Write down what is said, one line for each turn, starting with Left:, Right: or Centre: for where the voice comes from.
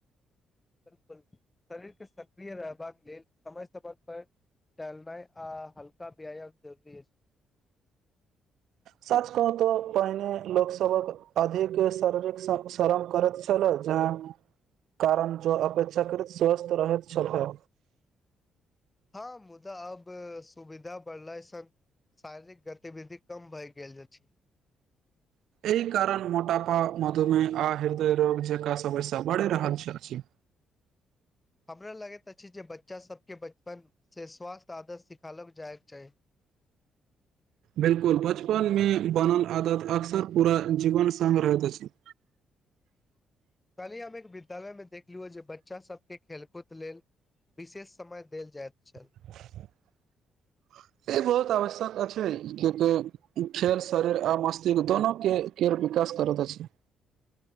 Left: बिलकुल शरीर केँ सक्रिय रहबाक लेल समय समय पर टहलनाई आ हल्का व्यायाम जरूरी अछि
Right: साच कहुँ तो पहिने लोक सबक अधिक शारीरिक स्वक्ष शरम करैत छलो जहाँ कारण जँ अपेक्षाकृत स्वस्थ रहैत छलहो
Left: हँ मुदा अब सुविधा बढ़लाइ सँ शारीरिक गतिविधि कम भए गेल अछि
Right: एहि कारण मोटापा मधुमेह आ हृदय रोग जकाँ समस्या बढ़ि रहल अछि
Left: हमरा लगैत अछि जे बच्चा सब केँ बचपन से स्वास्थ्य आदर सिखालो जाय केँ चाही
Right: बिलकुल बचपन मे बनल आदत अक्सर पूरा जीवन संग रहैत अछि
Left: कल्ही हम एक विद्यालय मे देखलियौ जे बच्चा सबके खेलकूद लेल विशेष समय देल जाय छल
Right: <inaudible> ई बहुत आवश्यक अ छै क त खेल शरीर आ मस्तिष्क दोनो के खेर विकास करैत छै